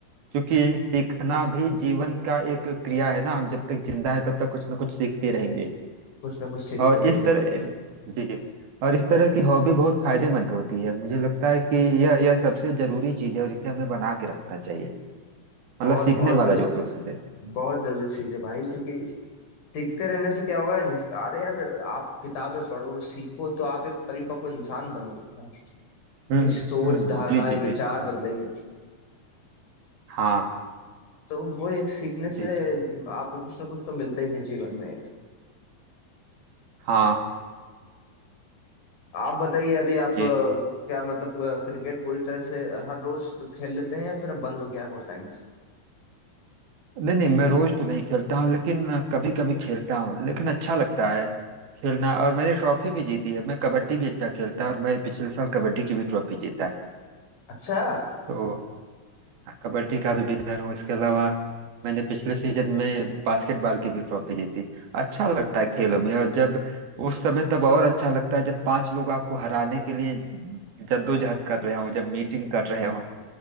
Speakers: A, on the right (about 75°); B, on the left (about 65°).
A: क्योंकि सीखना भी जीवन का एक क्रिया है ना हम जब तक जिंदा है तब तक कुछ ना कुछ सीखते रहेंगे
B: कुछ ना कुछ सीखते
A: और
B: रहेंगे
A: इस तरह
B: हमारे पास।
A: जी जी और इस तरह की हॉबी बहुत फायदेमंद होती है मुझे लगता है कि यह यह सबसे जरूरी चीज है और इसे हमें बना के रखना चाहिए मतलब
B: बहुत
A: सीखने
B: बहुत
A: वाला
B: जरूरी
A: जो
B: चीज
A: प्रोसेस है
B: बहुत जरूरी चीज है भाई क्योंकि सीखते रहने से क्या होगा इंस- अरे यार आप किताबें पढ़ो सीखो तो आप एक परिपक्व इंसान बनोगे हाँ।
A: हम्म
B: कि सोच
A: हम्म
B: धारणाएं
A: जी जी
B: विचार
A: जी
B: बदलेंगे
A: हाँ
B: तो वो एक सीखने से
A: जी जी
B: आपको कुछ ना कुछ तो मिलता ही है जीवन में
A: हाँ
B: आप बताइए अभी आप
A: जी
B: अ, क्या मतलब अ, क्रिकेट पूरी तरह से हर रोज खेल लेते हैं या फिर अब बंद हो गया है बहुत टाइम से
A: नहीं नहीं मैं रोज तो नहीं खेलता हूँ लेकिन कभी कभी खेलता हूँ लेकिन अच्छा लगता है खेलना और मैंने ट्रॉफी भी जीती है मैं कबड्डी भी अच्छा खेलता हूँ और मैं पिछले साल कबड्डी की भी ट्रॉफी जीता है
B: अच्छा
A: तो हाँ, कबड्डी का भी विनर हूँ इसके अलावा मैंने पिछले सीजन में बास्केटबॉल की भी ट्रॉफी जीती अच्छा लगता है खेलों में और जब उस समय तब और अच्छा लगता है जब पांच लोग आपको हराने के लिए जद्दोजहद कर रहे हो जब मीटिंग कर रहे हो